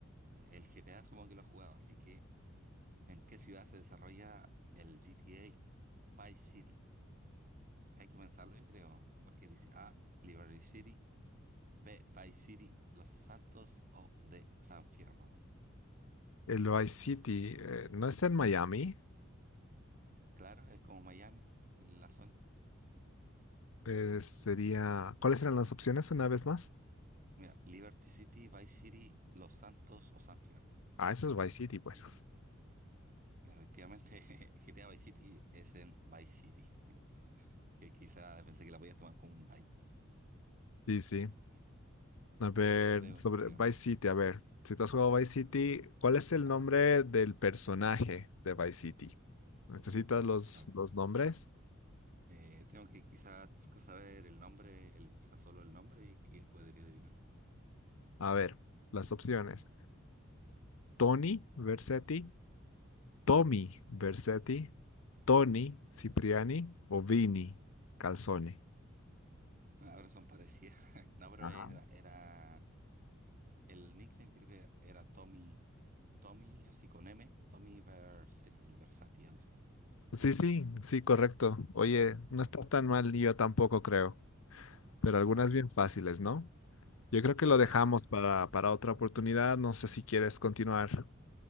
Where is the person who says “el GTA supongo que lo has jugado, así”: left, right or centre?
Right